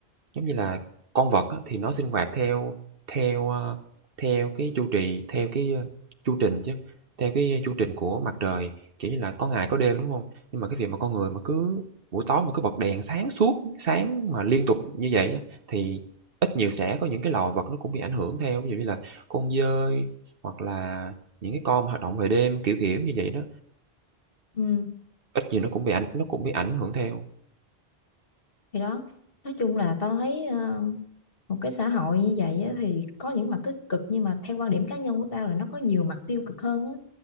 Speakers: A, on the right (about 60°); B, on the left (about 60°).
A: Giống như là con vật á, thì nó sinh hoạt theo theo, ơ, theo cái chu trì theo cái, ơ, chu trình chứ, theo cái chu trình của mặt trời, kiểu như là, có ngày có đêm, đúng không Nhưng mà cái việc mà con người mà cứ buổi tối mà cứ bật đèn sáng suốt, sáng mà liên tục như vậy á, thì ít nhiều sẽ có những cái loài vật nó cũng bị ảnh hưởng theo. Ví dụ như là con dơi hoặc là những cái con mà hoạt động về đêm, kiểu, kiểu như vậy đó,
B: ừ
A: ít nhiều nó cũng bị ảnh nó cũng bị ảnh hưởng theo.
B: thì đó nói chung là tao thấy ờ, một cái xã hội như vậy á, thì có những mặt tích cực nhưng mà theo quan điểm cá nhân của tao là nó có nhiều mặt tiêu cực hơn á.